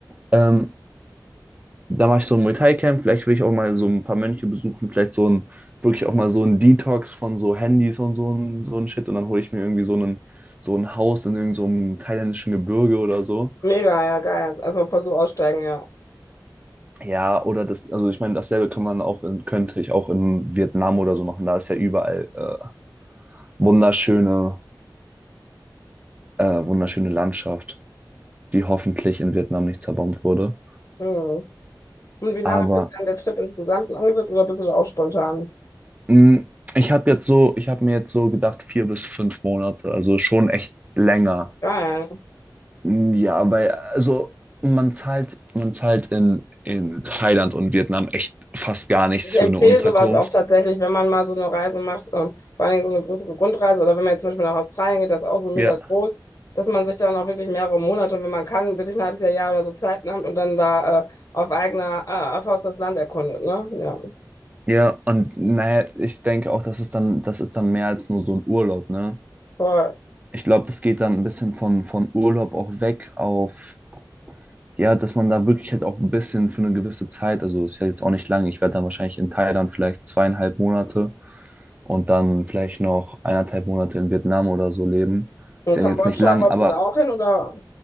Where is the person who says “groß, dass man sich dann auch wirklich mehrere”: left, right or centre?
Left